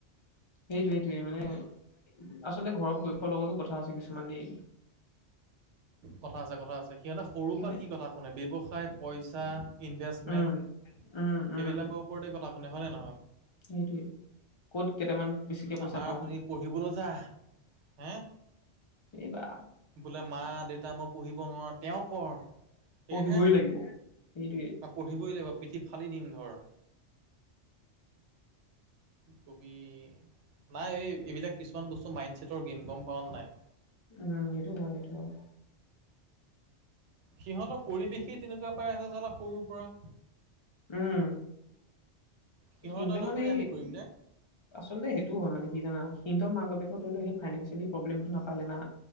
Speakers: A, on the left; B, on the right.
A: সেইটো সেইটোয়েই মানে, আচলতে ঘৰৰ পৰিশৰ লগতো কথা আছে কিছুমান দে
B: কথা আছে, কথা আছে সিহঁতে সৰুৰ
A: মানে
B: পৰা কি কথা শুনে ব্যৱসায় পইচা ইনভেষ্টমেণ্ট,
A: উম, উম,
B: সেইবিলাকৰ
A: উম
B: ওপৰতে কথা শুনে হয়নে নহয়
A: সেইটোৱে ক'ত কেইটামান বেছিকে পইচা
B: আমাৰ
A: পাওঁ
B: হৰি পঢ়িবলৈ যা হে
A: সেইবা
B: বোলে মা দেউতা মই পঢ়িব নোৱাৰো তেওঁ পঢ় সেয়েহে
A: পহিবই লাগিব সেইটোৱে
B: পঢ়িবই লাগিব, পিঠি ফালি দিম ধৰ কবি নাই এই এইবিলাক কিছুমান বস্তু মাইণ্ড ছেটৰ গেম গেম পাৱ নাই
A: উম, সেটো হয় সেইটো হয়
B: সিহঁতৰ পৰিৱেশেই তেনেকুৱা পাই আছে চালা সৰুৰ পৰা
A: উম,
B: সিহঁতে
A: সিং ত
B: নকৰি
A: মানে
B: আমি কৰিম নে
A: আচলতে সেইটো হয় মানে কি জানা কিন্তৰ মাক বাপেত ধৰি লও সেই ফাইনেন্ঞ্চিয়েল প্ৰ্লেমটো নাপালে না।